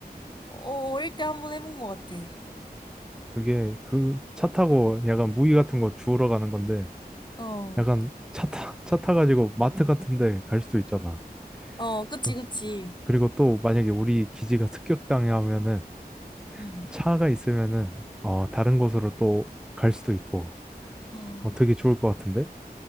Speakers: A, on the left; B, in the centre.
A: 어, 어릴 때 한번 해본 것 같아.
B: 그게 그 차 타고 약간 무기 같은 거 주우러 가는 건데,
A: 어,
B: 약간 차 타, 차 타가지고 마트 같은데 갈 수도 있잖아.
A: 어, 그치,
B: 어,
A: 그치.
B: 그리고 또 만약에 우리 기지가 습격당해 하면은
A: 응,
B: 차가 있으면은 어, 다른 곳으로 또 갈 수도 있고
A: 어,
B: 어, 되게 좋을 것 같은데?